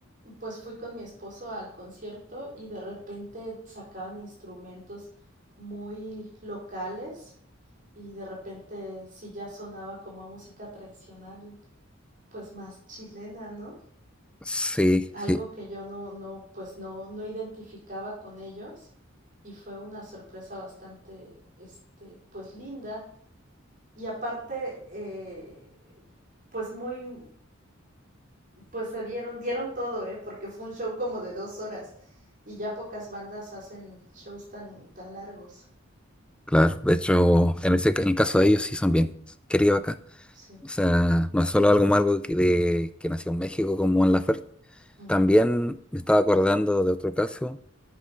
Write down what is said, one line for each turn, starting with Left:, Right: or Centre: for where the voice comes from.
Right: pues fui con mi esposo al concierto y de repente sacaban instrumentos muy locales y de repente sí ya sonaba como a música tradicional, pues más chilena, ¿no?
Centre: Sí,
Right: y algo
Centre: sí,
Right: que yo no, no, pues no, no identificaba con ellos y fue una sorpresa bastante, este, pues linda y aparte, eh, pues muy, pues se dieron, dieron todo, ¿eh? porque fue un show como de dos horas y ya pocas bandas hacen shows tan, tan largos.
Centre: claro. De hecho, en ese, ca- en el caso de ellos sí son bien queridos acá.
Right: Sí.
Centre: O sea, no es solo algo malo que, de, que nació en México como en la Laferte.
Right: Uh -huh.
Centre: También me estaba acordando de otro caso